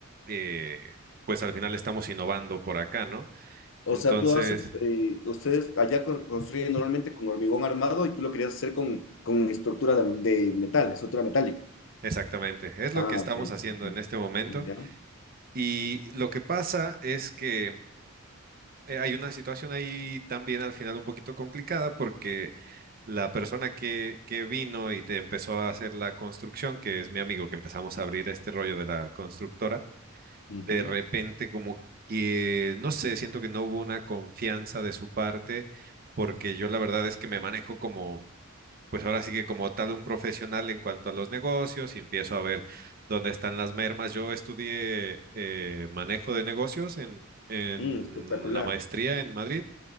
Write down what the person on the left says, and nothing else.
O
sea, tú haces, eh, ustedes allá con- construyen normalmente con hormigón armado y tú lo querías hacer con, con estructura de, alu- de metal, estructura metálica.
Ah,
ok. entiendo.
Ya.
ujú.
Mm, espectacular.